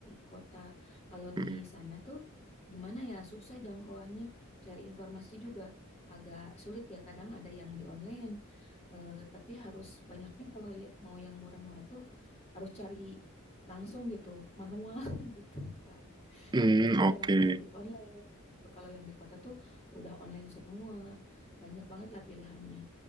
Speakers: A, on the left (about 30°); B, on the right (about 20°).
A: kota. Kalau
B: mm-mm.
A: di sana tuh gimana ya, susah jangkauannya. Cari informasi juga agak sulit ya. Kadang ada yang di online, Eh, tapi harus banyaknya kalau ya- mau yang murah-murah tuh harus cari langsung gitu, manual <laughs> gitu, Kak.
B: Hmm,
A: Jadi jarang
B: oke.
A: ada di online. Gitu. Kalau yang di kota tuh udah online semua. Banyak banget lah pilihannya.